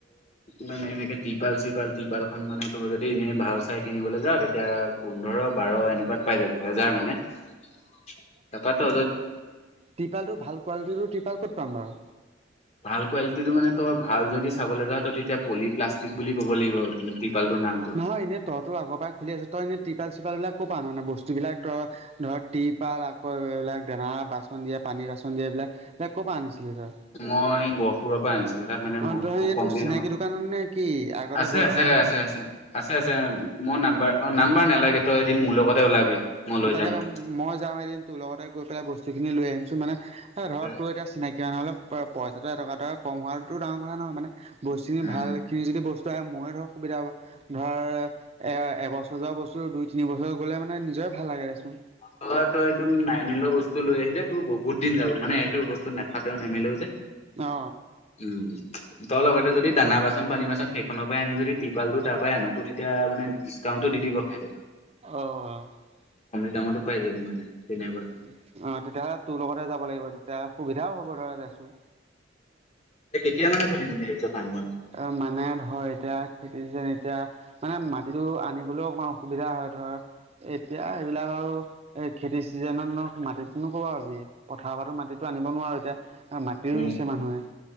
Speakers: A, on the left; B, on the right.
A: মানে এনেকে তিপাল চিপাল তিপাল খন মানে তুম যদি এনে ভাল চাই কিনিবলৈ যা তেতিয়া পোন্ধৰ বাৰ এনেকুৱাত পাই যায় দুহেজাৰ মানে <unintelligible>
B: ট্ৰিপালটোৰ ভাল কোৱালিটিৰৰ টিপাল ক'ত পাম বাৰু।
A: ভাল কোৱালিটিটো মানে তই ভাল যদি চাবলৈ যা তই তেতিয়া পলি প্লাষ্টিক বুলি ক'ব লাগিব। টিপালটোৰ নামটো।
B: নহয় এনেই তই তো আগৰ পৰাই খুলি আছো তই এনেই চিপাল চিপাল বিলাকো পান নে বস্তুবিলাক ধৰ টিপাল আকৌ এইবিলাক দানা বাচন দিয়া পানী নিৰ্বাচন দিয়া এইিলাকাক ক' পৰা আনিছিলি তই।
A: মই গহপুৰৰ পৰা আনিছিলো তাত মানে
B: অ
A: বহুত
B: তই
A: ক
B: এইটো
A: কম দ
B: চিনাকি
A: দামৰ
B: দোকানত নে কি আগতে
A: আছে,
B: গৈ
A: আছে,
B: থকা নহয়
A: আছে। আছে, আছে মই নাম্বাৰ অ নাম্বাৰ নালাগে তই এদিন মোৰ লগতে ওলাবি মই লৈ
B: তই তাকে
A: যাম।
B: মই যাম এদিন তোৰ লগতে গৈ পেলাই বস্তুখিনি লৈ আহিম। মানে এ ধৰক
A: উম
B: তোৰ এতিয়া চিনাকি মানুহলে পইচাটো এটকা, এটকা কম হোৱাটো ডাঙৰ কথা নহয় মানে বস্তুখিনি
A: উম
B: ভাল খিনি যদি বস্তু আহে ময় ধৰক সুবিধা প ধৰ এ এবছৰ যোৱা বস্তু দুই তি বছৰ গলে মানে নিজৰে ভাল লাগে দেচোন
A: ত তই একদম নাইমিলোৱা বস্তু লৈ আহিলে তোৰ বহুত দিন যাব মানে এইেইটো বস্তু নেফাতেও নেমিলেও যে
B: অ
A: উম তই লগতে যদি দানা বাচ বান পানী বাচন সেইখনৰ পৰাই আনি যদি টিপালটো তাৰ পৰাই আনো তেতিয়া মানে ডিছকাউণ্টটো দি দিব সিহঁতে
B: আহ, আহ।
A: তামতো পাই যাবি মানে তেনেকুৱা।
B: উ, অ তেতিয়াহ'লে তোৰ লগতে যাব লাগিব তেতিয়া সুবিধাও হ'ব ধৰা দেচোন।
A: এতিয়াানে খুলিম ফাৰ্মখন?
B: অ', মানে ধৰ এতিয়া খেতি যেন এতিয়া মানে মাটিতো আনিবলৈও অকমান অসুবিধা হয় ধৰ। এতিয়া এইবিলাক আৰু এ খেতি এই চিজনতনো মাটিতো নো কবা পাবি, পথাৰ পৰা মাটিতো আনিব নোৱাৰো এতিয়া। আৰু মাটি
A: উম।
B: ৰুইছে মানুহে,